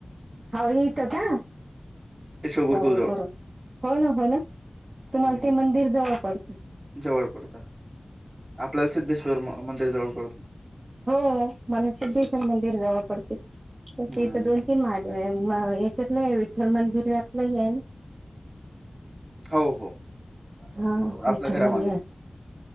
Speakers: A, on the right; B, on the right.
A: हाव येतं का
B: केशव गुरुकुल
A: हो
B: जवळ.
A: बरं हो ना हो ना. तुम्हाला
B: हम्म
A: ते मंदिर जवळ पडते
B: जवळ पडतं आपल्याला सिद्धेश्वर म मंदिर जवळ पडतंय.
A: हो माने सिद्धेश्वर मंदिर जावा पडते
B: हं.
A: तशी इथं दोन चीन महादेव आहे ये म हेच्यातलं विठ्ठल मंदिरातलं आहे ही ना.
B: हाव हो.
A: हा
B: बरोबर. आपल्या
A: विठल
B: घरामागे.
A: मंदिरात.